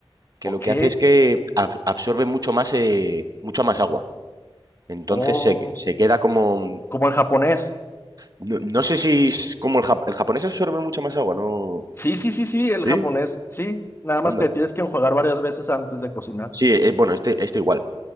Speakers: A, on the right (about 40°); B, on the left (about 25°).
A: que
B: Ok.
A: lo que hace es que ab- absorbe mucho más, eh, mucha más agua. Entonces
B: Oh,
A: se, se queda como...
B: como el japonés.
A: No, no sé si es como el, jap- el japonés absorbe mucha más agua, ¿no?
B: Sí, sí, sí, sí, el
A: Sí,
B: japonés. Sí, nada
A: anda.
B: más que tienes que enjuagar varias veces antes de cocinar.
A: Sí, eh, bueno, este, este igual.